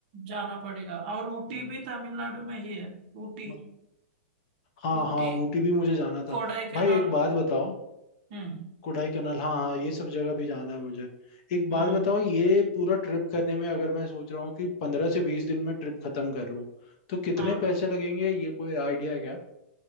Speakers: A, on the right (about 40°); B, on the left (about 35°).
A: जाना पड़ेगा और ऊटी
B: हम्म,
A: भी तमिलनाडु में ही है ऊटी
B: ब- हाँ
A: ऊटी
B: हाँ ऊटी भी मुझे जाना था
A: कोडाईकनाल
B: भाई एक बात बताओ
A: हम्म
B: कोडाईकनाल हाँ हाँ ये सब जगह भी जाना है मुझे एक बात
A: हम्म
B: बताओ ये पूरा ट्रिप करने में अगर मैं सोच रहा हूँ कि पंद्रह से बीस दिन में ट्रिप खत्म कर लूँ तो कितने
A: हाँ
B: पैसे लगेंगे ये कोई आइडिया है क्या